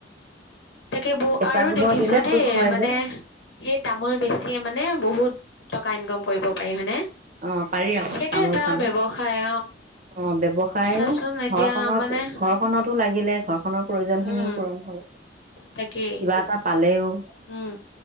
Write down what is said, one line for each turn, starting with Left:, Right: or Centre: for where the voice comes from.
Left: তাকে বৌ
Right: কেঁচা
Left: আৰু
Right: গোবৰ
Left: দেখিছো
Right: দিলে
Left: দেই,
Right: পোক হয়
Left: মানে
Right: যে
Left: সেই তামোল বেছিয়ে মানে। বহুত টকা। কা ইনকম কৰিব পাৰি হয়নে?
Right: অ পাৰি আকৌ
Left: সেইটো
Right: তামোল
Left: এটা
Right: পাণৰ
Left: ব্যৱসায়
Right: অ ব্যৱসায়ও
Left: চাচোন এতিয়া
Right: ঘৰখনৰ
Left: মানে
Right: ঘৰখনতো লাগিলে ঘৰখনৰ প্ৰয়োজন খিনিও
Left: উম
Right: পূৰণ হল। কিবা
Left: তাকেই
Right: এটা পাত লেও।
Left: উম